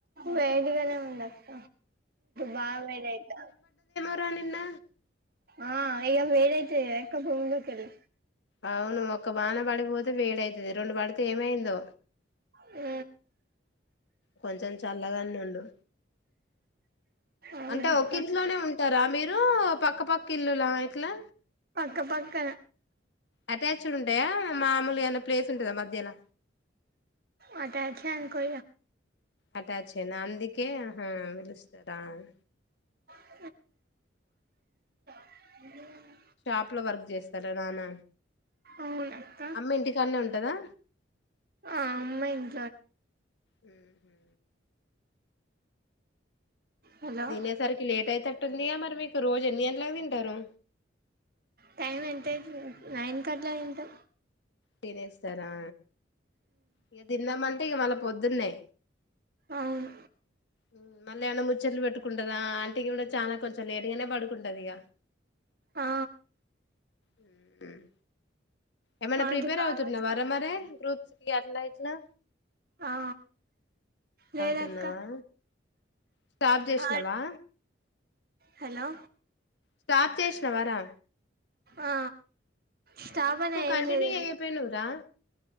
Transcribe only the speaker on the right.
వేడిగానే ఉండత్త బాగా వేడి అయిత
ఆ ఇగ వేలైతే ఎక్క భూమిలోకిళ్ళి
ఆ
అవునక్క
పక్క పక్క
అంటచ ఇంకో
ఆ అ
అవునక్క
ఆ అమ్మా ఇను
హలో
టైం ఎంతైతుంది నైన్ కట్లా తింటాం
అవును
ఆ
ఆంటీ
బాగా
ఆ లేదక్క
ఆ హలో
ఆ స్టాపని
ఏం లేదు కానీ